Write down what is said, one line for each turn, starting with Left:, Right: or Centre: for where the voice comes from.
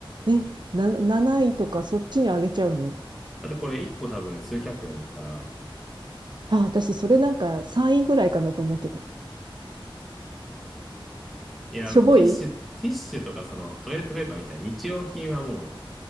Right: え、な、7位とかそっちに上げちゃうの
Centre: だってこれ1個多分数百円だから、
Right: あ、私それなんか3位ぐらいかなと思ってた。
Centre: いや、
Right: しょぼい
Centre: もうティッシュ、ティッシュとかそのトイレットペーパーみたいな日用品はもう、